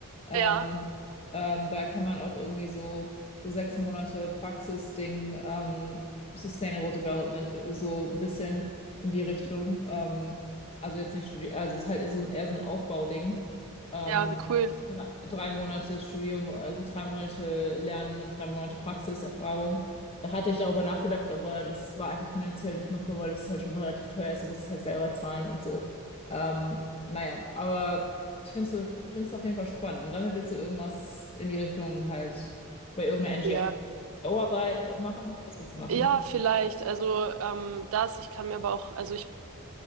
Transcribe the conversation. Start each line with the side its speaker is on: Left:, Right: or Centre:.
Left: Ähm,
Right: ja,
Left: ähm, da kann man auch irgendwie so, so sechs Monate Praxisding, ähm, Sustainable Development, so ein bisschen in die Richtung. Ähm, also jetzt nicht studieren, also es ist halt so, eher so ein Aufbauding. Ähm,
Right: ja, wie cool.
Left: dr- drei Monate Studium, also drei Monate Lernen und drei Monate Praxiserfahrung. Da hatte ich darüber nachgedacht, aber das war einfach finanziell nicht machbar, weil das halt schon relativ teuer ist. Du musst es halt selber zahlen und so. Ähm, naja, aber ich finde es so, find's auf jeden Fall spannend. Und damit willst du irgendwas in die Richtung halt bei irgendeiner NGO
Right: Ja.
Left: arbeit machen? Was willst du machen?
Right: Ja, vielleicht. Also ähm, das, ich kann mir aber auch, also ich,